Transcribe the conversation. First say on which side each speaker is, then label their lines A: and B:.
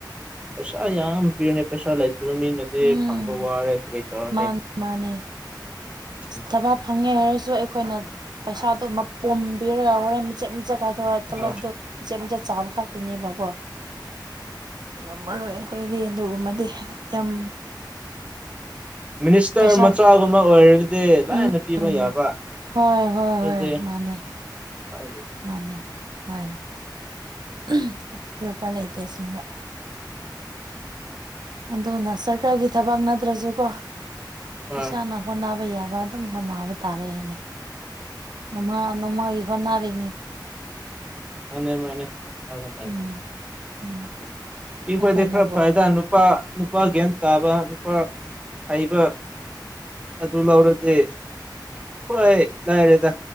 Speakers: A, on the right (about 15°); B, on the right (about 65°).
A: ꯄꯩꯁꯥ ꯌꯥꯝ ꯄꯤꯕꯅ‌ꯦ ꯄꯩꯁꯥ ꯂꯩꯇꯕ ꯃꯤꯅꯗꯤ
B: ꯎꯝ
A: ꯐꯪꯕ ꯋꯥꯔꯦ ꯀꯔꯤ ꯇꯧꯔꯅꯤ
B: ꯃꯥꯅꯦ ꯃꯥꯅꯦ
A: ꯎꯝ
B: ꯊꯕꯛ ꯐꯪꯉꯦ ꯍꯥꯏꯔꯁꯨ ꯑꯩꯈꯣꯏꯅ ꯄꯩꯁꯥꯗꯨ ꯃꯄꯨꯝ ꯄꯤꯔꯒ ꯍꯣꯔꯦꯟ ꯃꯆꯦꯠ ꯃꯆꯦꯠ ꯀꯥꯏ ꯇꯧꯔ ꯇꯣꯂꯣꯞꯇꯣ
A: ꯑꯥ
B: ꯃꯆꯦꯠ ꯃꯆꯦꯠ ꯆꯥꯕ ꯈꯛꯇꯅꯦꯕꯀꯣ ꯉꯝꯃꯔꯣꯏ ꯑꯩꯈꯣꯏꯗꯤ ꯑꯗꯨꯒꯨꯝꯕꯗꯤ ꯌꯥꯝ
A: ꯃꯤꯅꯤꯁꯇꯔ
B: ꯄꯩꯁꯥ
A: ꯃꯆꯥꯒꯨꯝꯕ ꯑꯣꯏꯔꯗꯤ ꯗꯤ ꯂꯥꯏꯅ
B: ꯎꯝ
A: ꯄꯤꯕ
B: ꯎꯝ
A: ꯌꯥꯕ
B: ꯍꯣꯏ ꯍꯣꯏ
A: ꯑꯩꯈ‌ꯣꯏꯗꯤ
B: ꯍꯣꯏ ꯃꯥꯅꯦ
A: ꯄꯥꯏ
B: ꯃꯥꯅꯦ ꯍꯣꯏ ꯑꯩꯈꯣꯏꯗꯤ ꯎꯄꯥꯏ ꯂꯩꯇꯦ ꯑꯁ‌ꯦꯡꯕ ꯑꯗꯨꯅ ꯁꯔꯀꯥꯔꯒꯤ ꯊꯕꯛ ꯅꯠꯇ꯭ꯔꯁꯨ ꯀꯣ
A: ꯑꯥ
B: ꯏꯁꯥꯅ ꯍꯣꯠꯅꯕ ꯌꯥꯕ ꯑꯗꯨꯝ ꯍꯣꯠꯅꯕ ꯇꯥꯔꯦ ꯍꯥꯏꯅ ꯥꯅ‌ꯣꯡꯃꯥ ꯅ‌ꯣꯡꯃꯥꯒꯤ ꯍ‌ꯣꯠꯅꯔꯤꯅ‌ꯦ
A: ꯃꯥꯅꯦ ꯃꯥꯅꯦ ꯍ‌ꯣꯠꯅꯒꯗꯕꯅ‌ꯦ
B: ꯎꯝ <unintelligible>
A: ꯑꯩꯈꯣꯏꯗꯤ
B: ꯑꯩꯈꯣꯏꯅꯕꯨ
A: ꯈꯔ ꯐꯩꯌ‌ꯦꯗ ꯅꯨꯄꯥ ꯅꯨꯄꯥ ꯒ꯭ꯌꯥꯟ ꯇꯥꯕ ꯅꯨꯄꯥ ꯍꯩꯕ ꯑꯗꯨ ꯂꯧꯔꯗꯤ ꯈꯋꯥꯏ ꯂꯥꯏꯔꯦꯗ